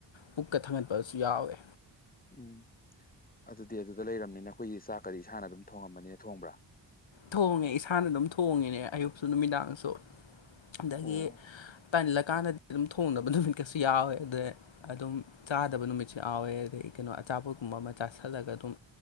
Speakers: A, on the left; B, on the left.
A: ꯄꯨꯛꯀ ꯊꯥꯡꯒꯠꯄꯁꯨ ꯌꯥꯎꯋꯦ
B: ꯎꯝ ꯑꯗꯨꯗꯤ ꯑꯗꯨꯗ ꯂꯩꯔꯕꯝꯅꯤꯅ ꯑꯩꯈꯣꯏꯒꯤ ꯆꯥꯛꯀꯗꯤ ꯏꯁꯥꯅ ꯑꯗꯨꯝ ꯊꯣꯡꯉꯝꯕꯅꯤꯅ ꯊꯣꯡꯕ꯭ꯔꯥ
A: ꯊꯣꯡꯉꯦ ꯏꯁꯥꯅ ꯑꯗꯨꯝ ꯊꯣꯡꯉꯦꯅꯦ ꯑꯌꯨꯛꯁꯨ ꯅꯨꯃꯤꯗꯥꯡꯁꯨ ꯑꯗꯒꯤ
B: ꯑꯣ
A: ꯇꯥꯜꯂꯀꯥꯟꯗꯗꯤ ꯑꯗꯨꯝ ꯊꯣꯡꯅꯕ ꯅꯨꯃꯤꯠꯀꯁꯨ ꯌꯥꯎꯋꯦ ꯑꯗꯩ ꯑꯗꯨꯝ ꯆꯥꯗꯕ ꯅꯨꯃꯤꯠꯁꯨ ꯌꯥꯎꯋꯦ ꯑꯗꯩ ꯀꯩꯅꯣ ꯑꯆꯥꯄꯣꯠꯀꯨꯝꯕ ꯑꯃ ꯆꯁꯤꯜꯂꯒ ꯑꯗꯨꯝ